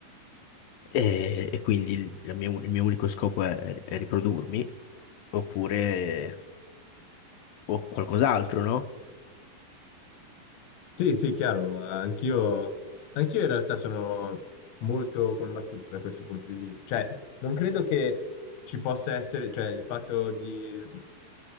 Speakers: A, on the left; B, on the left.
A: e, e quindi il, la mia un- il mio unico scopo è, è riprodurmi, oppure o qualcos'altro, no?
B: Sì, sì, chiaro, anch'io anch'io in realtà sono molto combattuto da questo punto di vista. Cioè, non credo che ci possa essere, cioè, il fatto di, eh,